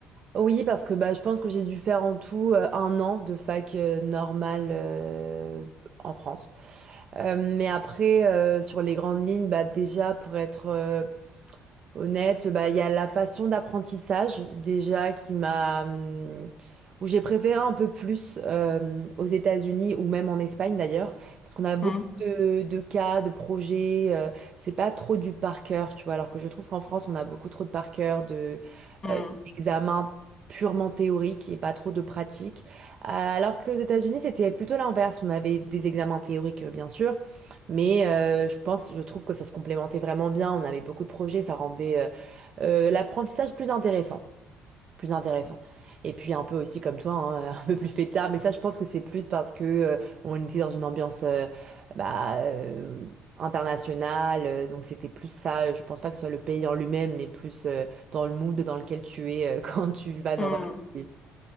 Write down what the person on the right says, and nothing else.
Oui, parce que bah, je pense que j'ai dû faire en tout euh, un an de fac euh, normale euh, en France. Euh, mais après, euh, sur les grandes lignes, bah, déjà pour être euh, Honnête, bah, il y a la façon d'apprentissage déjà qui m'a... hum, où j'ai préféré un peu plus euh, aux États-Unis ou même en Espagne d'ailleurs, parce qu'on a beaucoup
de, de cas, de projets, euh, c'est pas trop du par cœur, tu vois, alors que je trouve qu'en France, on a beaucoup trop de par cœur, de,
euh, d'examens purement théoriques et pas trop de pratiques, alors qu'aux États-Unis, c'était plutôt l'inverse, on avait des examens théoriques, euh, bien sûr, mais euh, je pense, je trouve que ça se complémentait vraiment bien. On avait beaucoup de projets, ça rendait euh, euh, l'apprentissage plus intéressant, plus intéressant. Et puis un peu aussi comme toi, hein, <laughs> un peu plus fêtard. Mais ça, je pense que c'est plus parce que euh, on était dans une ambiance euh, bah, euh, internationale. euh, donc c'était plus ça. Je pense pas que ce soit le pays en lui-même, mais plus euh, dans le mood dans lequel tu es euh, <laughs> quand tu vas dans
un autre pays.